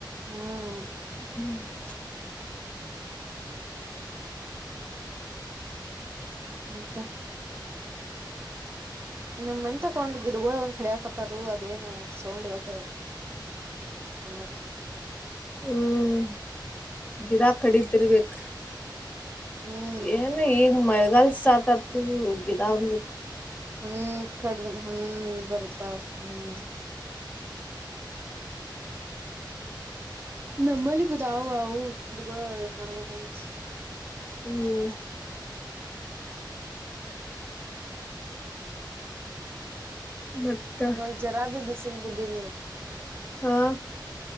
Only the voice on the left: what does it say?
<inaudible>
ಹ್ಮ ಗಿಡಾ ಕಡಿತಿರ್ಬೇಕ.
ಏನು ಈಗ ಮಳೆಗಲ್ ಸ್ಟಾರ್ಟ ಆತು ಗಿಡಂದ
ಹ್ಮ್ ಮತ್ತ
ಹಾ